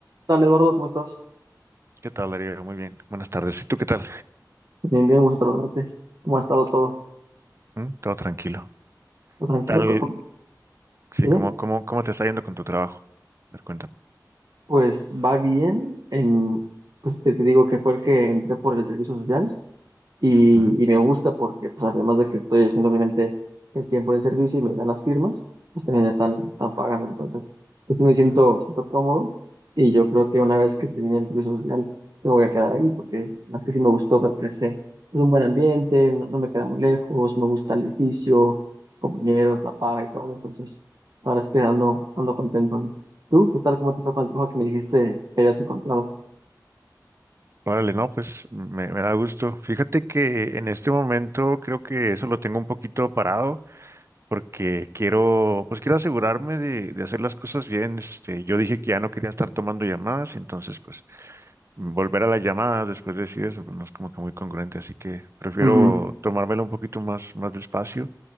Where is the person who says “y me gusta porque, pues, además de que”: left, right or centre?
Right